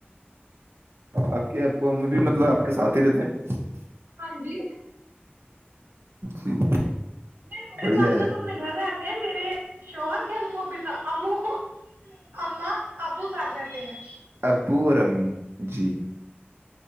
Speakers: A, on the right; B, on the right.
A: ا <unintelligible> کہ ابو امی بھی مطلبپ کے س ترز <unintelligible>
B: ہاں جی
A: جی
B: نہیں مڑے
A: بڑھیا
B: پ میں
A: ہے
B: تو اپنے گھر میں آتے ہیں میرے شوہر کے مہ ا بھی تھا ا کو ااں ابو سات رہتے ہیں
A: ابو اور امی جی